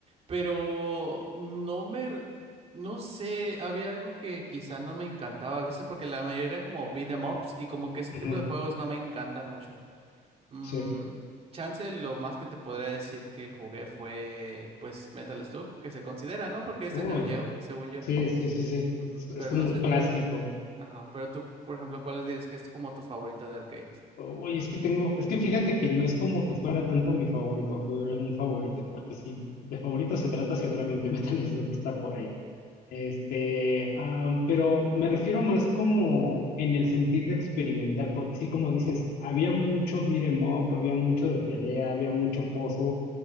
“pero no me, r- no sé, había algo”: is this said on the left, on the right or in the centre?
Right